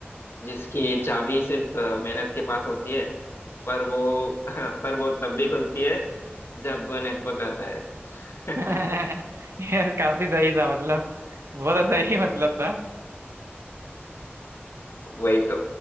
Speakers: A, on the left (about 65°); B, on the right (about 85°).
A: जिसकी चाबी सिर्फ अ, मेहनत के पास होती है पर वो <laughs> पर वो तब भी खुलती है जब नेटवर्क आता है
B: <laughs>
A: <laughs>
B: यार काफी सही था मतलब बहुत सही <laughs> मतलब था
A: वही तो